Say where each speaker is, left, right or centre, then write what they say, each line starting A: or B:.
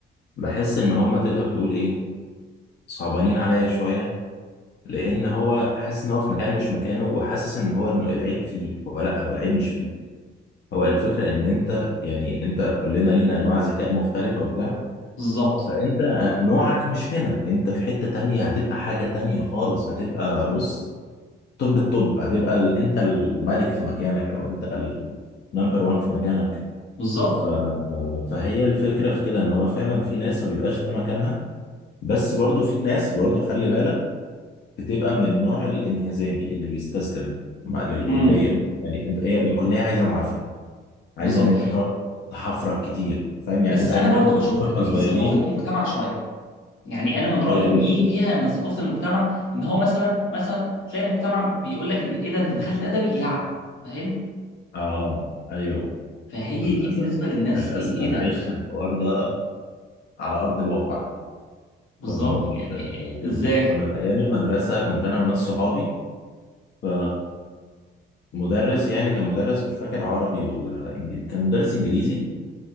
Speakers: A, on the left; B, on the left.
A: بحس ان هم تقدر تقول ايه صعبانين عليا شوية لان هو حاسس ان هو في مكان مش مكانه وحاسس ان هو الم- العيب فيه هو لا هو العيب مش فيه هو الفكرة ان انت يعني انت كلنا لينا انواع ذكاء مختلفة وبتاع
B: بالظبط
A: فانت نوعك مش هنا انت في حتة تانية هتبقى حاجة تانية خالص هتبقى بص توب التوب هتبقى ال... انت الملك في مكانك او انت النمبر وان في مكانك
B: بالظبط
A: ف... فهي الفكرة في كده ان هو فعلا في ناس ما بيبقاش ده مكانها بس برضو في ناس برضو خلي بالك بتبقى من النوع الانهزامي اللي بيستسلم مع- للكلية
B: امم
A: يعني انت هي الكلية عايزة معافرة
B: بالظبط
A: عايزة ان انت تقعد تحفرك كتير فاهم يعني
B: بس
A: زي
B: انا
A: ما
B: برضو
A: احنا كنا-
B: بشوف
A: واحنا
B: إن
A: صغيرين
B: دي ثقافه مجتمع شويه يعني انا من رايي
A: اه
B: ان دي فيها من ثقافه المجتمع ان هو مثلا مثلا تلاقي مجتمع بيقول لك ان ايه ده انت دخلت ادبي يا فاهم
A: آه، ايوه
B: فهي
A: للاسف
B: دي بالنسبه للناس
A: للاسف
B: ايه ايه
A: انا
B: ده
A: عشت الحوار ده على ارض الواقع
B: بالظبط
A: كنت
B: يعني
A: كنت
B: إيه- ازاي
A: كنا في ايام المدرسه كنت انا وناس صحابي ف مدرس يعني كان مدرس مش فاكر عربي ولا انجليزي كان مدرس انجليزي